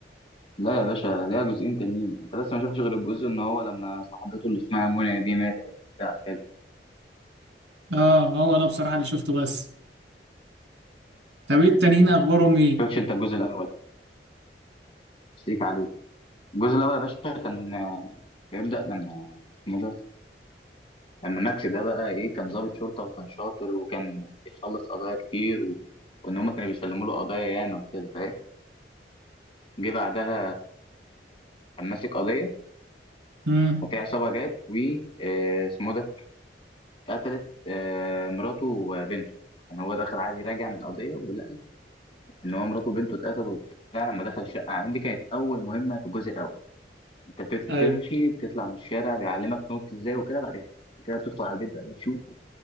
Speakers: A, on the left; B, on the right.
A: لا يا باشا ليها جزئين تانيين انت بس ما شفتش غير الجزء ان هو لما صاحبته اللي اسمها منى دي ماتت وبتاع وكده
B: اه هو ده بصراحة اللي شفته بس طب ايه التانيين اخبارهم ايه
A: شفتش انت الجزء الاول بس ليك عليه الجزء الاول يا باشا كان بيبدا لما اسمه ده لما ماكس ده بقى ايه كان ضابط شرطه وكان شاطر وكان بيخلص قضايا كتير و... وان هم كانوا بيسلموا له قضايا ياما وكده فاهم جه بعدها كان ماسك قضيه
B: امم
A: ففي عصابه جت و آه، اسمه ده قتلت آه، مراته وبنته كان هو داخل عادي راجع من قضيه ولقى ان هو مراته وبنته اتقتلوا وبتاع لما دخل الشقه عليهم دي كانت اول مهمه في الجزء الاول انت بتمشي
B: ايوه
A: بتطلع من الشارع بيعلمك تنط ازاي وكده بعد كده بتدخل على البيت بقى بتشوف